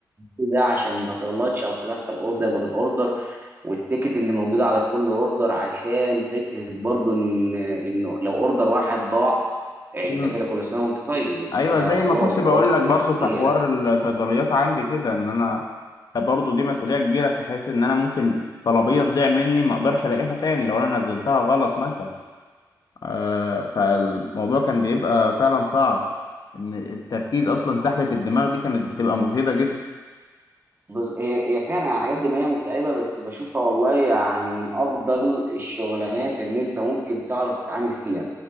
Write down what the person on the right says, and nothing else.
ده عشان ما تغلطش او تدخل اوردر ما بين اوردر والتيكت اللي موجود على كل اوردر عشان فكره برضو ان انه لو اوردر واحد ضاع آه، انت
كده كل سنه وانت طيب انت
كده
خلاص
بوظت
ليله
بص هي هي فعلا على قد ما هي متعبه بس بشوفها والله يعني من افضل الشغلانات ان انت ممكن تعرف تتعامل فيها